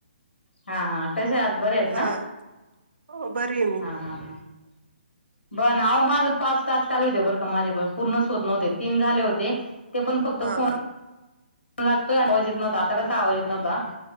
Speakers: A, on the left (about 85°); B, on the right (about 65°).
A: हा हा कसे आहात? बरे आहेत
B: हा
A: ना,
B: हो बरी आहे मी.
A: हा हा हा. <unintelligible> आओ माझ पाच टास्क आले होते बरं का माझे पण पूर्णच होत नव्हते, तीन झाले होते ते पण फक्त
B: हा
A: फोन
B: हा
A: लागतोय आवाज येत नव्हता, आता कसा आवाज येत नव्हता